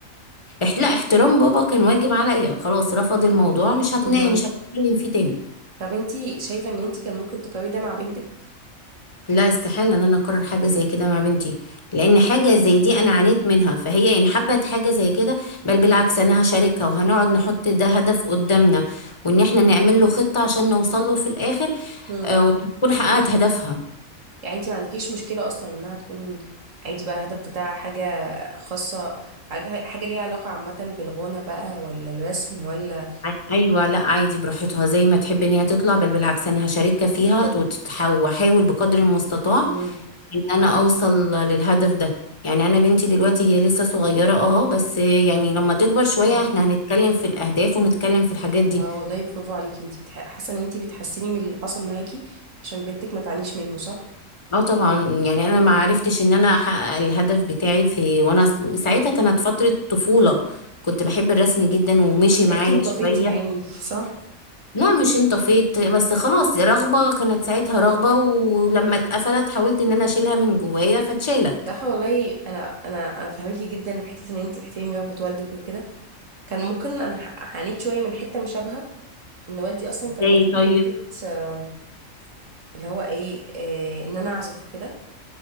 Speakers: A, on the left (about 20°); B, on the right (about 70°).
A: اح- لا احترام بابا كان واجب عليا خلاص رفض الموضوع مش هتنام
B: مهم.
A: مش هتكلم فيه تاني
B: طب انتي شايفه ان انتي كان ممكن تقرري ده مع بنتك
A: لا استحالة ان انا اكرر حاجة زي كده مع بنتي لان حاجة زي دي انا عانيت منها فهي ان حبت حاجة زي كده بل بالعكس انا هشاركها وهنقعد نحط ده هدف قدامنا وان احنا نعمل له خطة عشان نوصل له في الاخر
B: مهم.
A: آه، وتكون حققت هدفها
B: يعني انت ما عندكيش مشكلة اصلا انها تكون عادي بقى الهدف بتاعها حاجة خاصة حاجة حاجة ليها علاقة عامة بالغنى بقى ولا الرسم ولا
A: ع- ايوه لا عادي براحتها زي ما تحب ان هي تطلع بل بالعكس انا هشاركها فيها وتتح- واحاول بقدر المستطاع
B: مم.
A: ان انا اوصل للهدف ده يعني انا بنتي دلوقتي هي لسه صغيرة اه بس يعني لما تكبر شوية
B: مم.
A: احنا هنتكلم في الاهداف ونتكلم في الحاجات دي
B: اه والله برافو عليكي انت بتح... حاسة ان انت بتحسني من اللي حصل معاكي عشان بنتك ما تعانيش منه صح
A: اه طبعا يعني انا ما عرفتش ان انا احقق الهدف بتاعي في وانا س- ساعتها كانت فترة طفولة كنت بحب الرسم جدا ومشي
B: فتلاقيكي
A: معايا
B: انطفيتي
A: شوية
B: يا عيني <laughs> صح
A: لا مش انطفيت بس خلاص رغبة كانت ساعتها رغبة ولما اتقفلت حاولت ان انا اشيلها من جوايا فاتشالت
B: صح والله انا انا انا فاهماكي جدا في حته ان انت تحترمي رغبه والدك وكده كان ممكن انا ح- عانيت شويه من حته مشابهه ان والدي اصلا
A: ازاي
B: كان واخد
A: طيب
B: حته آم، اللي هو ايه آه، ان انا اعزف وكده